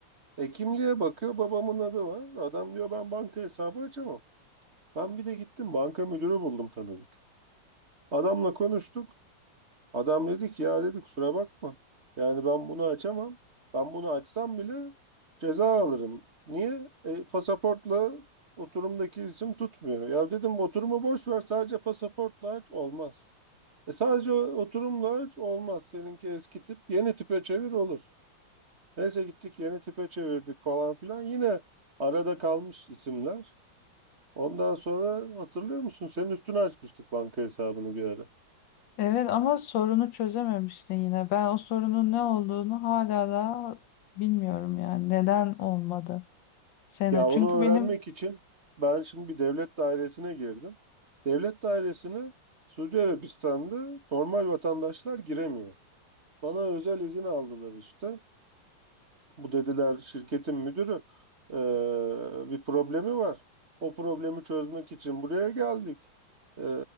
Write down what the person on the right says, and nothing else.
E kimliğe bakıyor babamın adı var. Adam diyor ben banka hesabı açamam. Ben bir de gittim banka müdürü buldum tanıdık. Adamla konuştuk. Adam dedi ki ya dedi kusura bakma. Yani ben bunu açamam. Ben bunu açsam bile ceza alırım. Niye? E, pasaportla oturumdaki isim tutmuyor. Ya dedim oturumu boş ver sadece pasaportla aç olmaz. E, sadece oturumla aç olmaz. Seninki eski tip yeni tipe çevir olur. Neyse gittik yeni tipe çevirdik falan filan. Yine arada kalmış isimler. Ondan sonra hatırlıyor musun? Senin üstüne açmıştık banka hesabını bir ara.
Ya
onu
öğrenmek için ben şimdi bir devlet dairesine girdim. Devlet dairesine Suudi Arabistan'da normal vatandaşlar giremiyor. Bana özel izin aldılar işte. Bu dediler şirketin müdürü eee, bir problemi var. O problemi çözmek için buraya geldik. Eee,